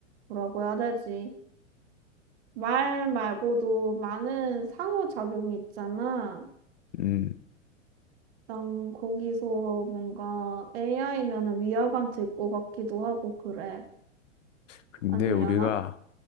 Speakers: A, on the right (about 55°); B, on the left (about 70°).
A: 뭐라고 해야 되지? 말 말고도 많은 상호작용이 있잖아.
B: 음.
A: 난 거기서 뭔가 AI면은 위화감 들 것 같기도 하고 그래.
B: 근데
A: 아니려나?
B: 우리가